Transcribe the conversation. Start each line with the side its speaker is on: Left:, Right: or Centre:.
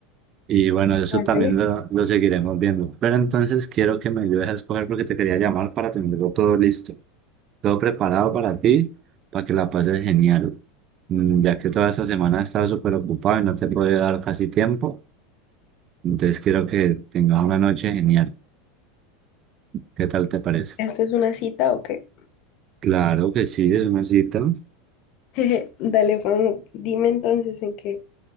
Right: Y bueno, eso
Left: Ándale,
Right: también lo, lo seguiremos viendo. Pero entonces quiero que me ayudes a escoger porque te quería llamar para tenerlo todo listo, todo preparado para ti, para que la pases genial. Mm, Ya que toda esta semana he estado súper ocupado y no te he podido dar casi tiempo, entonces quiero que tengas una noche genial. ¿Qué tal te parece?
Left: ¿esto es una cita o qué?
Right: Claro que sí, es una cita.
Left: <laughs> Dale, Juan, dime entonces en qué,